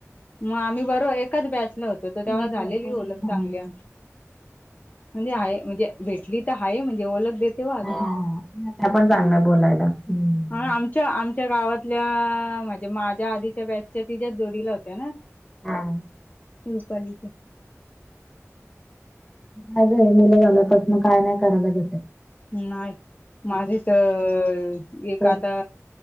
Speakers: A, on the left (about 30°); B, in the centre.
A: मग आम्ही बरोबर एकाच बॅचला होतो तर तेव्हा
B: मी
A: झालेली
B: झोपवली
A: ओलख चांगली आमची. म्हणजे आहे म्हणजे भेटली तर आहे म्हणजे ओळख द तेव आहे
B: हा त्या पण चांगलं
A: हम
B: बोलायला हम्म.
A: आम अच् आमच्या गावातल्या म्हणजे माझ्या आधीच्या बॅचच्या तिच्या जोडीला होत्या ना
B: हा.
A: रूपालीचे.
B: नाहीय मुलं झाला तस मग काय नाही करायला ज
A: नाही माझे तर एक
B: तेच
A: आता.